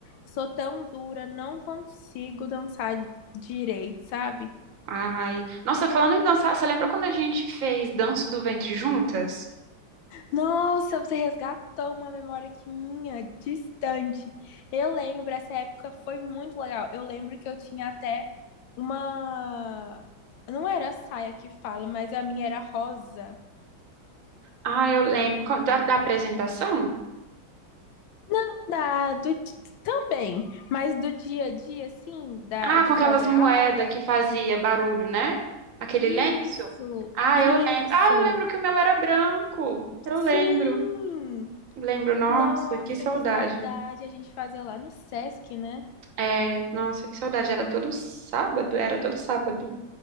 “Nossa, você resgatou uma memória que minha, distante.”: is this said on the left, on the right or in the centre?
Left